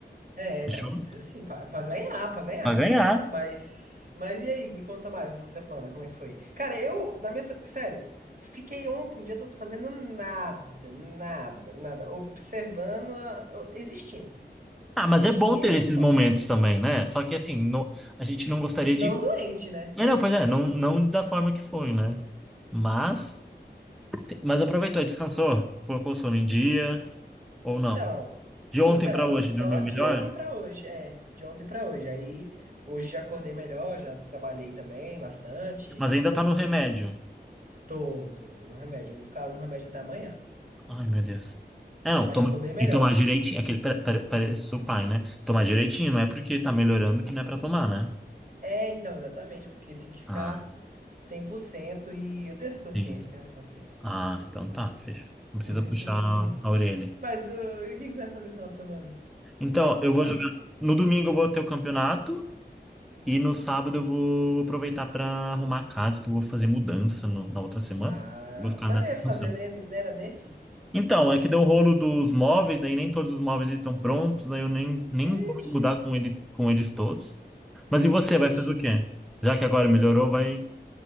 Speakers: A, on the right; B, in the centre.
A: É,
B: Fechou?
A: não, tem que ser assim, pra, pra ganhar, pra ganhar.
B: Pra ganhar.
A: Mas, mas e aí, me conta mais essa semana, como é que foi? Cara, eu, na minha, se- sério, fiquei ontem o dia todo fazendo nada, nada, nada, observando, a- existindo,
B: Ah,
A: existindo
B: mas é bom ter esses
A: e só.
B: momentos também, né? Só que assim, não- a gente não gostaria
A: Não
B: de.
A: doente, né?
B: É, não, pois é, não, não da forma que foi, né? Mas, te- mas aproveitou, descansou, colocou o sono em dia, ou
A: Então,
B: não? De
A: então,
B: ontem pra hoje,
A: só
B: dormiu
A: de
B: melhor,
A: ontem pra hoje, é, de ontem pra hoje. Aí, hoje já acordei melhor, já trabalhei também bastante.
B: mas ainda tá no remédio.
A: Tô, tô, tô no remédio, vou ficar no remédio até amanhã,
B: Ai, meu Deus. É, não,
A: mas
B: toma,
A: já tô bem melhor.
B: e tomar direitinho, é aquele, pare- pare- parece o pai, né? Tomar direitinho, não é porque tá melhorando que não é pra tomar, né?
A: É, então, exatamente, porque tem que ficar
B: Ah.
A: 100% e eu tenho essa consciência,
B: Sim.
A: tenho essa consciência.
B: Ah, então tá, fecha. Não precisa
A: <laughs>
B: puxar a orelha.
A: Mas uh, e o que que você vai fazer no final de semana?
B: Então, eu
A: Planos?
B: vou jogar. No domingo eu vou ter o campeonato e no sábado eu vou aproveitar para arrumar a casa, que eu vou fazer mudança no- na outra semana.
A: Ah,
B: Eu vou ficar
A: mas
B: nessa
A: não ia fazer,
B: função.
A: né? Não era nesse?
B: Então, é que deu o rolo dos móveis, daí nem todos os móveis estão prontos, aí eu nem, nem
A: Vixe,
B: vou me mudar com ele, com eles todos. Mas e você,
A: vixe.
B: vai fazer o quê? Já que agora melhorou, vai,